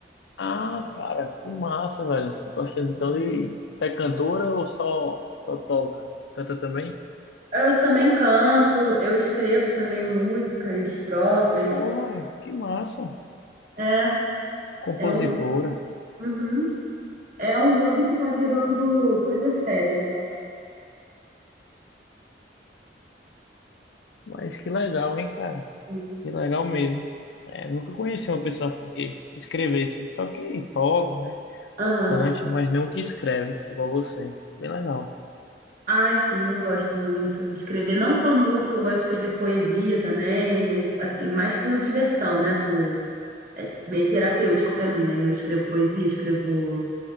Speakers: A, on the left; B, on the right.
A: Ah, cara, que massa, velho. Você gosta então de. Você é cantora ou só, só toca? Canta também?
B: Eu também canto, eu escrevo também músicas próprias.
A: Porra, que massa.
B: É,
A: Compositora.
B: é um, uhum. é um hobby que tá virando coisa séria, né? Vamos
A: Mas que legal, hein, cara?
B: dizer.
A: Que legal mesmo. É, nunca conheci uma pessoa assim que escrevesse, só que toque, né?
B: Aham.
A: Cante, mas não que escreve, igual você. Bem legal.
B: Ai, sim, eu gosto muito de escrever. Não só música, eu gosto de escrever poesia também. eu- assim, mais por diversão, né? Por, é meio terapêutico pra mim. Aí eu escrevo poesia, escrevo